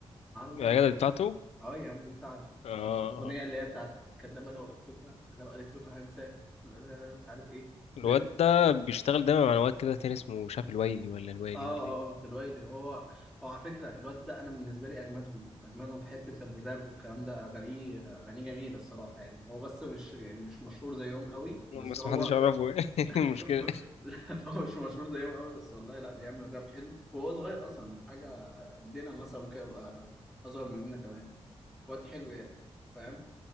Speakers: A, in the centre; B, on the left.
A: الأبيض
B: يا جدع دي بتاعته
A: اه يا عم دي بتاعته
B: أه آه،
A: الأغنية
B: آه.
A: اللي هي بتاعت كدابة لو قلت لكم لو قالت لكم هنساك آه، مش عارف ايه
B: الواد
A: ده
B: ده بيشتغل دايما مع واد كده تاني اسمه مش عارف الويلي ولا الويلي
A: اه اه
B: ولا إيه
A: اه الويلي هو هو على فكرة الواد ده أنا بالنسبة لي أجمدهم أجمدهم في حتة الراب والكلام ده أغانيه أغانيه جميلة الصراحة يعني هو بس مش يعني مش مشهور زيهم قوي بس
B: بس
A: هو
B: محدش يعرفه <laughs> المشكلة
A: <laughs> لا، هو مش مشهور زيهم قوي بس والله لا بيعمل راب حلو وهو صغير أصلا ده حاجة قدنا مثلا ممكن يبقى أصغر مننا كمان واد حلو يعني فاهم